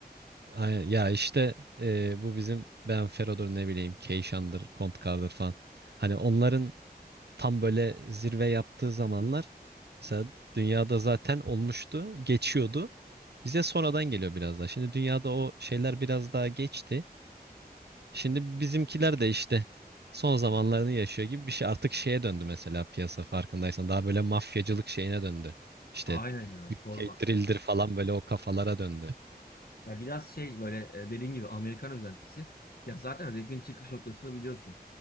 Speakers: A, on the right (about 80°); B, on the left (about 65°).
A: Hani ya işte e, bu bizim Ben Fero'dur ne bileyim Keyşan'dır, Kontkar'dır falan. Hani onların tam böyle zirve yaptığı zamanlar mesela dünyada zaten olmuştu, geçiyordu. Bize sonradan geliyor biraz daha. Şimdi dünyada o şeyler biraz daha geçti. Şimdi bizimkiler de işte son zamanlarını yaşıyor gibi bir şey. Artık şeye döndü mesela piyasa farkındaysan. Daha böyle mafyacılık şeyine döndü. İşte
B: Aynen ya
A: UK
B: sorma.
A: Drill'dir falan böyle o kafalara döndü.
B: Ya biraz şey böyle e, dediğin gibi Amerikan özentisi. Ya zaten rap'in çıkış noktasını biliyorsun.